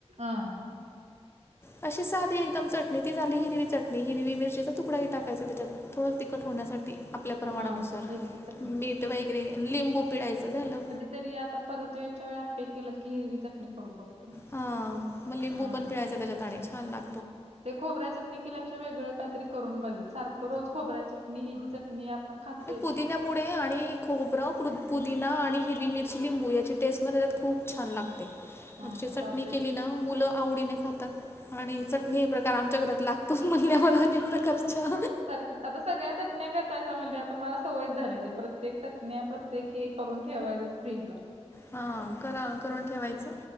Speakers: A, on the right (about 70°); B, on the left (about 20°).
A: आ हा.
B: अशी साधी एकदम चटणी ती झाली हिरवी चटणी हिरवी मिरचीचा तुकडाही टाकायचा त्याच्यात. थोडं तखट होण्यासाठी. आपल्या प्रमाणानुसार,
A: हां. हिरवी चटणी
B: मीठ वगैरे लिंबू पिळाायचं झालं.
A: तरी आता परत वेळच्या वेळी आप्पे केलं की हिरवी चटणी करून बघतो.
B: हा म लिंबू
A: हां,
B: पण
A: हां.
B: पिळायचं त्याच्या आणी छान लाग
A: ते खोबऱ्या चटणी केल्यापेक्षा वेगळं काहीतरी करून बघित सारखं रोज खोबऱ्या चटणी ही जी चटणी आपण खातोयच
B: पुदीन्या
A: की.
B: मुळे आणि खोबरं प्रो- पुदिना आणि हिरवी मिरची लिंबू याची टेस्टमध्ये तर खूप छान लागते.
A: हा
B: मगची
A: हा
B: चटणी
A: चालतंय
B: केली
A: ते
B: न मुलं आवडीने खातात, आणि चटणी हे प्रकार आमच्या घरात लाग तोच म्हणल्यावर अनेक प्रकारच्या.
A: सर आता सगळ्या चटण्या करतायसा म्हणल्या वर तुम्हाला सवय झालीया ती प्रत्येक चटण्या प्रत्येक हे करून ठेवायचं फ्रीजला.
B: हा करा करून ठेवायचं.